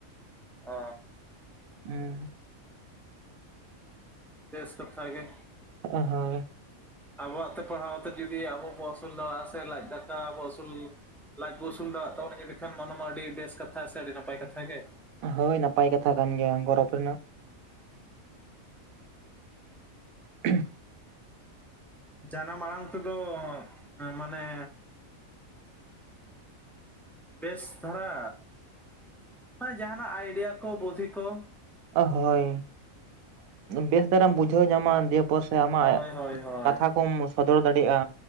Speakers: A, in the centre; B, on the right.
A: ᱚ
B: ᱦᱩᱸ
A: ᱵᱮᱥ ᱠᱟᱛᱷᱟ ᱜᱮ
B: ᱚ ᱦᱚᱭ
A: ᱟᱵᱚᱣᱟᱜ ᱛᱮ ᱯᱟᱲᱦᱟᱣ ᱛᱮ ᱡᱩᱫᱤ ᱟᱵᱚ ᱵᱚᱱ ᱟᱹᱥᱩᱞ ᱫᱟᱲᱮᱭᱟᱜᱼᱟ ᱥᱮ ᱞᱟᱡ ᱫᱟᱠᱟ ᱵᱚ ᱟᱹᱥᱩᱞ ᱞᱟᱡ ᱵᱚ ᱟᱹᱥᱩᱞ ᱫᱟᱲᱮᱭᱟᱜ ᱛᱟᱵᱚᱱᱟ ᱮᱸᱰᱮ ᱠᱷᱟᱱ ᱚᱱᱟ ᱢᱟ ᱟᱹᱰᱤ ᱵᱮᱥ ᱠᱟᱛᱷᱟ ᱥᱮ ᱟᱹᱰᱤ ᱱᱟᱯᱟᱭ ᱠᱟᱛᱷᱟ ᱜᱮ
B: ᱦᱳᱭ ᱱᱟᱯᱟᱭ ᱠᱟᱛᱷᱟ ᱠᱟᱱ ᱜᱮᱭᱟ ᱜᱚᱨᱚᱵᱽ ᱨᱮᱱᱟᱜ <unintelligible>
A: ᱡᱟᱱᱟᱢ ᱟᱲᱟᱝ ᱛᱮᱫᱚ ᱢᱟᱱᱮ ᱵᱮᱥ ᱫᱷᱟᱨᱟ ᱢᱟᱱᱮ ᱡᱟᱦᱟᱱᱟᱜ ᱟᱭᱰᱤᱭᱟ ᱠᱚ ᱵᱩᱫᱫᱷᱤ ᱠᱚ
B: ᱦᱳᱭ ᱵᱮᱥ ᱫᱷᱟᱨᱟᱢ ᱵᱩᱡᱷᱟᱹᱣ ᱧᱟᱢᱟ ᱫᱤᱭᱮ ᱯᱚᱨ ᱥᱮ ᱟᱢᱟᱜ
A: ᱦᱳᱭ ᱦᱳᱭ ᱦᱳᱭ
B: ᱠᱟᱛᱷᱟ ᱠᱚᱢ ᱥᱚᱫᱚᱨ ᱫᱟᱲᱮᱭᱟᱜᱼᱟ